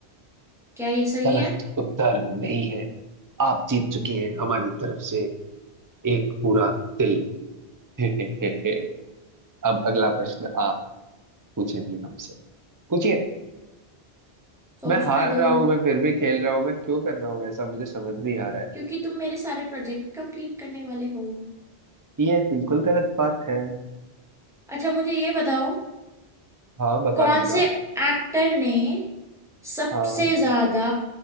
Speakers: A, in the centre; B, on the right.
A: क्या ये सही
B: गलत
A: है
B: उत्तर नहीं है आप जीत चुकी हैं हमारी तरफ से एक पूरा तिल <laughs> अब अगला प्रश्न आप पूछेंगी हमसे पूछिए
A: सोचने
B: मैं हार
A: दो
B: रहा हूं मैं फिर भी खेल रहा हूं मैं क्यों कर रहा हूं ऐसा मुझे समझ नहीं आ रहा है
A: क्योंकि तुम मेरे सारे प्रोजेक्ट कंप्लीट करने वाले हो
B: ये बिल्कुल गलत बात है
A: अच्छा मुझे ये बताओ
B: हाँ बता
A: कौन
B: दूंगा
A: से एक्टर ने सबसे
B: हाँ
A: ज्यादा